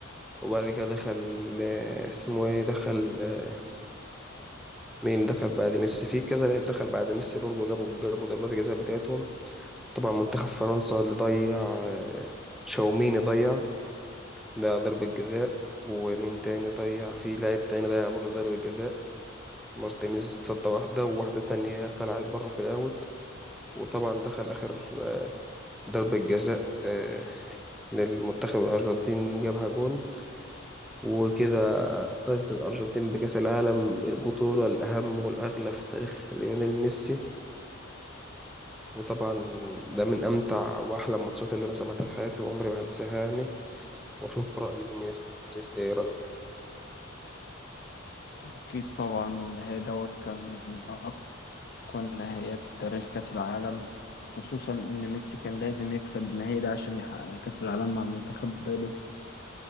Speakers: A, in the centre; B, on the left (about 50°).
A: وبعد كده دخل آه، اسمه ايه دخل آه، مين دخل بعد ميسي في كذا لاعب دخل بعد ميسي برضه جابوا جابوا ضربات الجزاء بتاعتهم طبعا منتخب فرنسا اللي ضيع آه، تشاوميني ضيع ده ضربة جزاء ومين تاني ضيع في لاعب تاني ضيع برضه ضربة جزاء مارتينيز صد واحدة وواحدة تانية طلعت بره في الأوت وطبعا دخل آخر آه، ضربة جزاء آه، للمنتخب الأرجنتين جابها جون وكده فازت الأرجنتين بكأس العالم البطولة الأهم والأغلى في تاريخ ليونيل ميسي وطبعا ده من أمتع وأحلى الماتشات اللي أنا سمعتها في حياتي وعمري ما هنساها يعني وأشوف رأي زميلي سيف إيه رأيه
B: أكيد طبعا النهائي دوت كان من أقوى النهائيات في تاريخ كأس العالم خصوصا إن ميسي كان لازم يكسب النهائي ده عشان يحقق كأس العالم مع منتخب بلاده